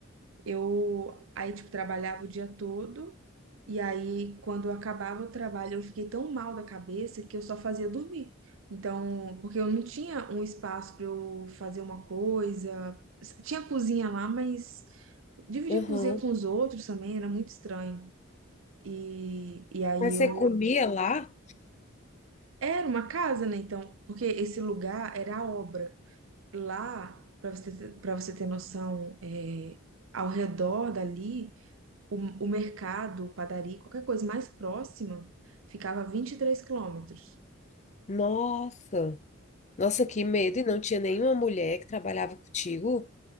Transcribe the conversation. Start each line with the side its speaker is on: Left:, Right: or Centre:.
Right: Eu aí, tipo, trabalhava o dia todo, e aí, quando eu acabava o trabalho, eu fiquei tão mal da cabeça que eu só fazia dormir. Então, porque eu não tinha um espaço para eu fazer uma coisa. Tinha cozinha lá, mas dividir
Left: Aham.
Right: cozinha com os outros também era muito estranho. E, e aí
Left: Mas
Right: eu.
Left: você comia lá?
Right: Era uma casa, né? Então, porque esse lugar era a obra. Lá, para você, para você ter noção, é, ao redor dali. O, o mercado, padaria, qualquer coisa mais próxima, ficava a 23 quilômetros.
Left: Nossa, nossa, que medo! E não tinha nenhuma mulher que trabalhava contigo?